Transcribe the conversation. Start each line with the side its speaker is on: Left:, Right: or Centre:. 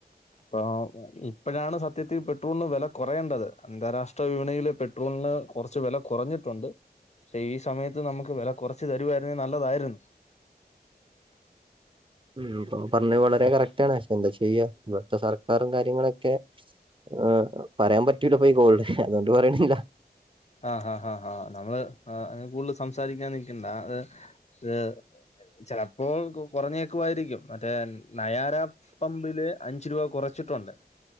Left: പ്പാ <unintelligible> ഇപ്പോഴാണ് സത്യത്തിൽ പെട്രോളിന് വില കുറയേണ്ടത് അന്താരാഷ്ട്ര വിപണിൽ പെട്രോളിന് കുറച്ച് വില കുറഞ്ഞിട് ണ്ട് ഈ സമയത്ത് നമുക്ക് വില കുറച്ച് തരുവായിരുന്നെ നല്ലതായിരുന്നു
Right: ഉം ഇപ്പോ പറഞ്ഞത് വളരെ കറക്റ്റാണ് പക്ഷെ എന്താ ചെയ്യാ ഇവിത്തെ സർക്കാറും കാര്യങ്ങളൊക്കെ ആഹാ പറയാം പറ്റൂലപ്പൊ ഈ കോൾള് അതോണ്ട് പറിണില്ല്യ
Left: ആഹ് ഹാ ഹാ ഹാ നമ്മള് കൂട്‌ല് സംസാരിക്കാ നിക്കണ്ട അത് എഹേ ചെലപ്പോ കൊറഞ്ഞേക്കുവായിരിക്കും മറ്റേ നയാര പമ്പില് അഞ്ചു രൂപ കൊറച്ചിട്ടുണ്ട്